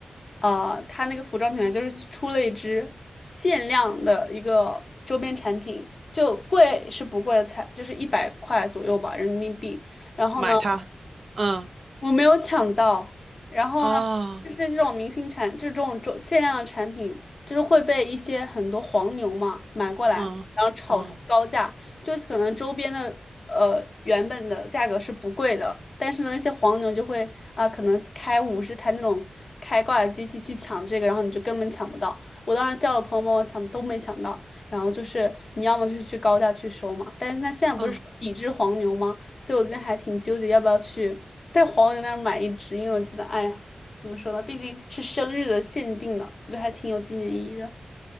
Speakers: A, on the left; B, on the right.
A: 呃，他那个服装品牌就是出了一支限量的一个周边产品，就贵是不贵的，才就是一百块左右吧，人民币。然后呢，
B: 买它，嗯，
A: 我没有抢到，然后呢，
B: 哦，
A: 就是这种明星产，就是这种种限量的产品，就是会被一些很多黄牛嘛买过来，
B: 嗯嗯
A: 然后炒出高价，就可能周边的呃原本的价格是不贵的，但是呢，那些黄牛就会啊、可能开五十台那种开挂的机器去抢这个，然后你就根本抢不到。我当时叫了朋友帮我抢，都没抢到。然后就是你要么就去高价去收嘛，但是他现在不是说抵制黄牛吗？
B: 嗯，
A: 所以我最近还挺纠结要不要去在黄牛那儿买一只，因为我觉得，哎呀，怎么说呢，毕竟是生日的限定呢，我觉得还挺有纪念意义的。